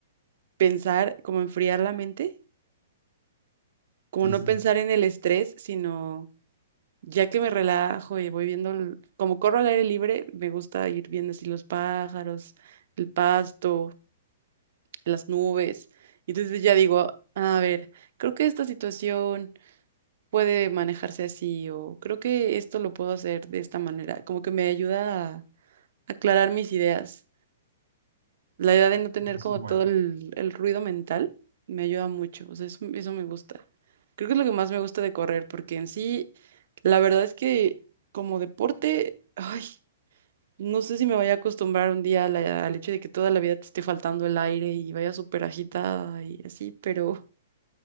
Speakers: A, on the right; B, on the right.
A: pensar, como enfriar la mente, como
B: Sí,
A: no
B: sí.
A: pensar en el estrés, sino ya que me relajo y voy viendo, el- como corro al aire libre, me gusta ir viendo así los pájaros, el pasto, las nubes. Y entonces ya digo, a ver, creo que esta situación puede manejarse así o creo que esto lo puedo hacer de esta manera, como que me ayuda a aclarar mis ideas. La idea de no tener
B: Pues Eso
A: como
B: es bueno.
A: todo el, el ruido mental me ayuda mucho, o sea, eso, eso me gusta. Creo que es lo que más me gusta de correr, porque en sí, la verdad es que como deporte, ay, no sé si me vaya a acostumbrar un día a la- al hecho de que toda la vida te esté faltando el aire y vaya súper agitada y así, pero,